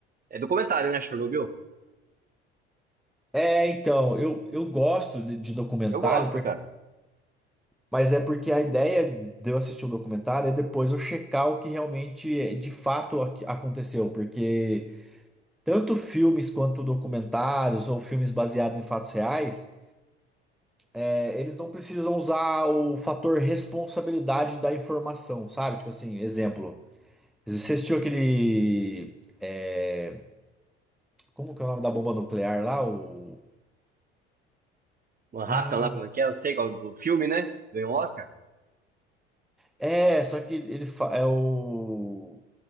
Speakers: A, on the right (about 25°); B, in the centre.
A: É documentário, né, Chernobyl?
B: É, então, eu, eu gosto de, de documentário,
A: Eu gosto,
B: porque
A: cara.
B: Mas é porque a ideia de eu assistir o documentário é depois eu checar o que realmente, é, de fato, ac- aconteceu. Porque tanto filmes quanto documentários ou filmes baseados em fatos reais, é, eles não precisam usar o fator responsabilidade da informação, sabe? Tipo assim, exemplo. Você assistiu aquele. é, como que é o nome da bomba nuclear lá? O.
A: Manhattan
B: Ah,
A: lá, como é que é? Eu sei qual, o filme, né? Ganhou o Oscar.
B: é, só que ele fa- é o.